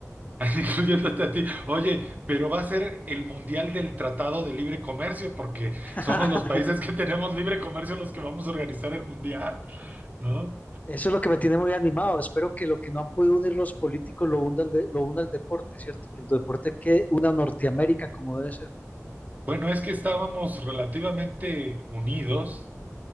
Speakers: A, on the right; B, on the left.
A: <laughs> incluyéndote a ti, oye, pero va a ser el Mundial del Tratado de Libre Comercio, porque
B: <laughs>
A: somos los países que tenemos libre comercio los que vamos a organizar el Mundial, ¿no?
B: Eso es lo que me tiene muy animado. Espero que lo que no han podido unir los políticos lo una el, de- lo una el deporte, ¿cierto? Que el deporte que una Norteamérica como debe ser.
A: Bueno, es que estábamos relativamente unidos,